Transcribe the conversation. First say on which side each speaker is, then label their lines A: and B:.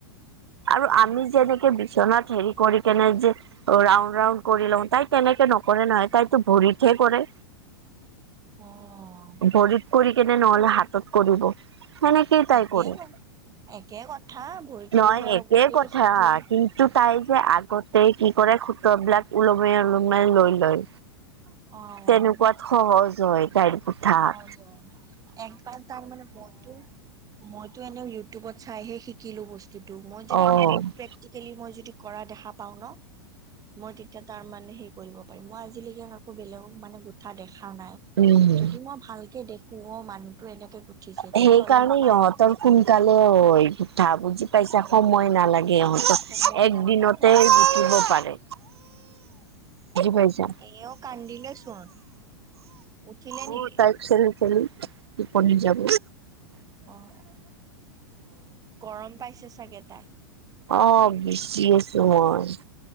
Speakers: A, on the right; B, on the right.
A: আৰু
B: হয়
A: আমি
B: নেকি
A: যে এনেকে ছনাত হেৰি কৰি কেনে যে ৰাউড ৰাউড কৰি লওঁ তাই কেনেকে নকৰে নহয় তাইতো ভৰিতহে কৰে।
B: অ'।
A: ভৰিত কৰি কেনে নহ'লে হাতত কৰিব মানে কেই তাই
B: একে
A: কৰে।
B: একে কথা ভৰিত
A: নহয়
B: পৰিলে অলপ
A: একেই
B: বস্তুটো
A: কথা
B: চুটি
A: কিন্তু তাই যে আগতে কি কৰে সুত্ৰবিলাক ওলমাই- ওলমাই লৈ লয়।
B: অ',
A: তেনেকুৱাত সহজ হয় গাড়ী পঠাত।
B: সহজ অ', একবাৰ তাৰ মানে মইতো-মইতো এনেও ইউটিউবত চাইহে শিকিলো বস্তুটো মই যদি
A: অ
B: মানুহক প্ৰেক্টিকেলি মই যদি কৰা দেখা পাওঁ ন মই তেতিয়া তাৰ মানে হেৰি কৰিব পাৰিম মই আজিলৈকে কাকো বেলেগক মানে গোঠা দেখা দেখা নাই
A: উম
B: যদি মই ভালকে দেখো অ' মানুহটো এনেকে গুঠিছে তেতিয়াহ'লে
A: সেই কাৰণে
B: মই পাৰিম
A: ইহঁতৰ সোনকালে হয় গুঠা বুজি পাইছা
B: উম,
A: সময় নালাগে।
B: সময়
A: একদিনতে
B: নালাগে আৰু মই
A: গুঠিব পাৰে। পাইছা
B: এইও কান্দিলে চোন। উঠিলে নেকি
A: অ' তাই চেলি খেলি টোপনি যাব।
B: অ', গৰম পাইছে চাগে তাই।
A: অ', বিচি আছোঁ মই।